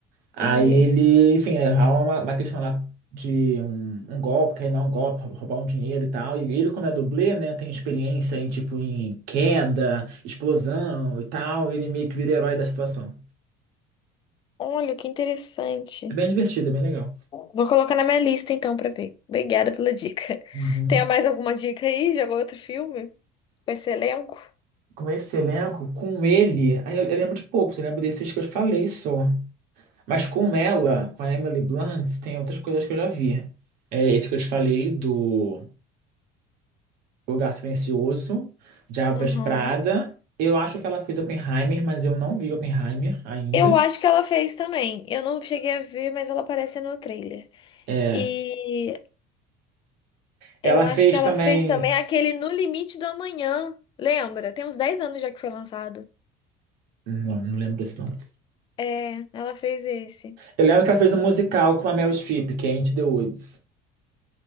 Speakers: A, on the right; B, on the left.
A: Aí
B: entendi.
A: ele, enfim, é uma, uma questão lá de um, um golpe, querer dar um golpe, rou- roubar um dinheiro e tal. E ele, como é dublê, né, tem experiência em, tipo, em queda, explosão e tal. Ele meio que vira herói da situação.
B: Olha, que interessante.
A: É bem divertido, é bem legal.
B: Vou colocar na minha lista então pra ver. Obrigada pela dica. <laughs>
A: Uhum.
B: Tem mais alguma dica aí de algum outro filme? Com esse elenco?
A: Com esse elenco, com ele, aí eu, eu lembro de poucos, eu lembro desses que eu falei só. Mas com ela, com a Emily Blunt, tem outras coisas que eu já vi. É esse que eu te falei do Lugar Silencioso, Diabo Veste
B: Aham.
A: Prada. Eu acho que ela fez Oppenheimer, mas eu não vi Oppenheimer ainda.
B: Eu acho que ela fez também. Eu não cheguei a ver, mas ela aparece no trailer.
A: É.
B: E
A: Ela
B: eu acho
A: fez
B: que ela
A: também.
B: fez também aquele No Limite do Amanhã. Lembra? Tem uns 10 anos já que foi lançado.
A: Não, não lembro desse nome.
B: É, ela fez esse.
A: Eu lembro que ela fez um musical com a Meryl Streep, que é Into the Woods.